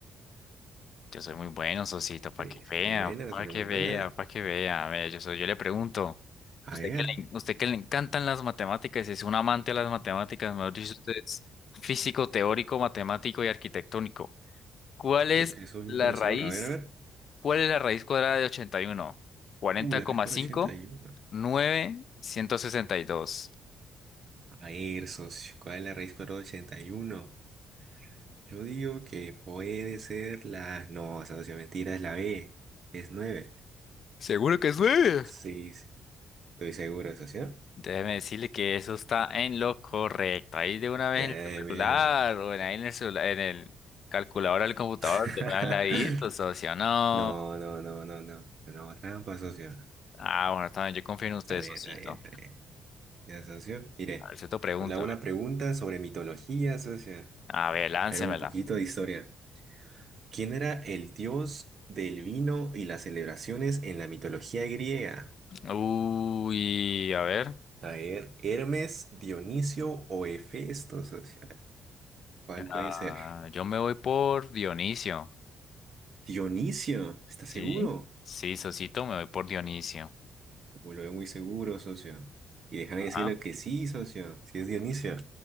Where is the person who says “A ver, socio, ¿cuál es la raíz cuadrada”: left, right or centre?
Right